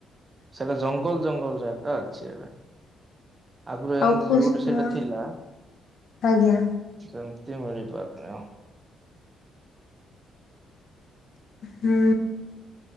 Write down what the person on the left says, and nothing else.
ଆଉ
କୁଷ୍ମ
ଆଜ୍ଞା
ହୁଁ